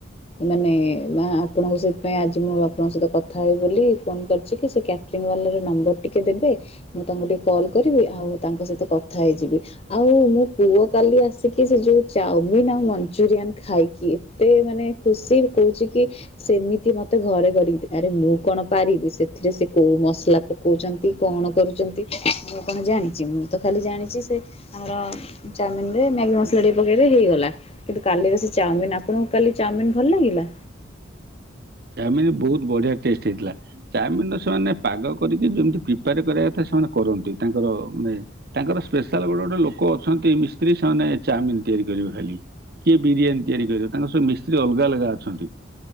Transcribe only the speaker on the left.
ମାନେ ମା ଆପଣଙ୍କ ସେଥିପାଇଁ ଆଜି ମୁଁ ବାପଙ୍କ ସହିତ କଥା ହେବି ବୋଲି ଫୋନ କରିଛି, କି ସେ କ୍ୟା କ୍ୟାଟିରିଂ ବାଲାର ନମ୍ବର ଟିକେ ଦେବେ, ମୁଁ ତାଙ୍କୁ ଟିକେ କଲ୍ କରିବି। ଆଉ ତାଙ୍କ ସହିତ କଥା ହେଇଯିବି। ଆଉ ମୋ ପୁଅ କାଲି ଆସିକି, ସେ ଯୋଉ ଚାମିିନ ଆଉ ମଞ୍ଚୁରିଆନ୍ ଖାଇକି ଏତେ ମାନେ ଖୁସି କହୁଛି କି ସେମିତି ମତେ ଘରେ କରିକି ଦେ। ଆରେ ମୁଁ କଣ ପାରିବି, ସେଥିରେ ସେ କୋଉ ମସଲା ପ ପକଉଛନ୍ତି କଣ କରୁଛନ୍ତି। ମୁଁ କଣ ଜାଣିଛି, ମୁଁ ତ ଖାଲି ଜାଣିଛି ସେ ଆମର ଚାଉମିନରେ ମ୍ୟାଗି ମସଲା ଟିକେ ପକେଇ ହେଇଗଲା। କିନ୍ତୁ କାଲିର ସେ ଚାଉମିନ, ଆପଣଙ୍କୁ କାଲି ଚାଉମିିନ ଭଲ ଲାଗିଲା?